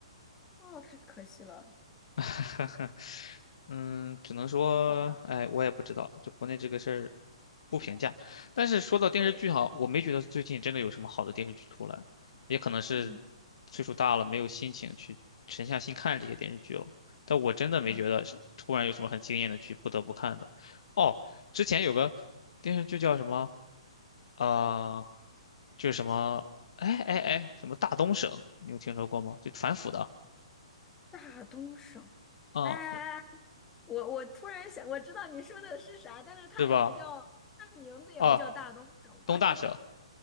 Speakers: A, on the left; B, on the left.
A: 哦，太可惜了，
B: <laughs> 嗯，只能说，
A: 好吧，
B: 哎，我也不知道，就国内这个事儿不评价。但是说到电视剧哈，
A: 对，
B: 我没觉得最近真的有什么好的电视剧出来，也可能是
A: 嗯
B: 岁数大了，没有心情去沉下心看这些电视剧了。但我真的没觉得是突然有什么很惊艳的剧不得不看的。
A: 啊，
B: 哦，之前有个电视剧叫什么？啊？就是什么，哎哎哎，什么大东省，你有听说过吗？就反腐的，
A: 大东省。
B: 啊，
A: 哎哎哎！我我突然想，我知道你说的是啥，但是它也不叫，
B: 是吧？
A: 它名字也不叫大东省吧？
B: 啊，东大省。
A: <laughs>